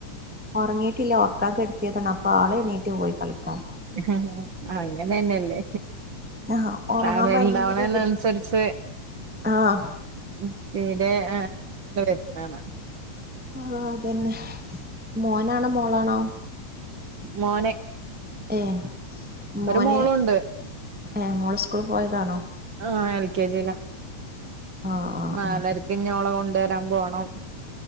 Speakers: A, in the centre; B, on the right.
A: ഒറങ്ങിട്ടില്ല ഒറക്കാൻ കെട്ത്തിയതാണ് അപ്പ ആളെണ്ണിറ്റ് പോയി കളിക്കാൻ.
B: ആഹ് അങ്ങനെ അന്നെല്ലേ
A: ആഹ് ഒറങ്ങാൻ
B: ആഹ് വലുതാവണെന്
A: ഭയങ്കര ബുദ്ധി
B: അനുസരിച്ച്
A: ആഹ്
B: ഉം തീരെ ആഹ് അങ്ങനെള്ള വരുന്നകാണാം
A: ആഹ് അദന്നെ മോനാണോ മോളാണോ
B: മോന്
A: ഏഹ് മോന്
B: ഒരു മോളുണ്ട്
A: ഏഹ് മോള് സ്കൂൾ പോയതാണോ
B: ആഹ് എൽ കെ ജിലാ
A: ആഹ് ആഹ്
B: നാലരക്ക്
A: ആഹ്
B: ഞ്ഞി ഓളെ കൊണ്ട്വരാൻ പോണം.